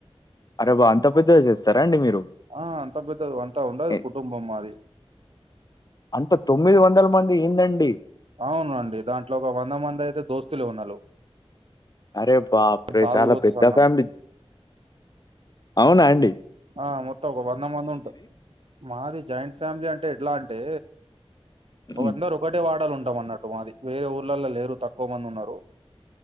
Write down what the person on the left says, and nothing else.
అరే వ అంత పెద్దగా చేస్తారా అండి మీరు
ఏ,
అంత తొమ్మిది వందల మంది ఏందండి
అరే బాపు రే
చాలా పెద్ద
ఫ్యామిలీ అవునాన్డి
ఉమ్.